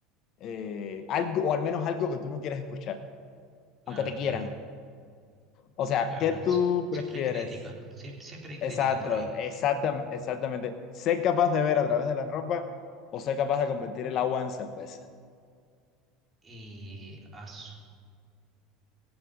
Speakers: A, on the left; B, on the right.
A: eh, algo, o al menos algo que tú no quieres escuchar,
B: Claro,
A: aunque te quieran.
B: claro,
A: O sea,
B: claro,
A: ¿qué tú
B: sí, siempre
A: prefieres?
B: hay crítica, sí, siempre hay crítica
A: Exacto,
B: por ahí.
A: exactam- exactamente. Ser capaz de ver a través de la ropa o ser capaz de convertir el agua en cerveza.
B: Y asu,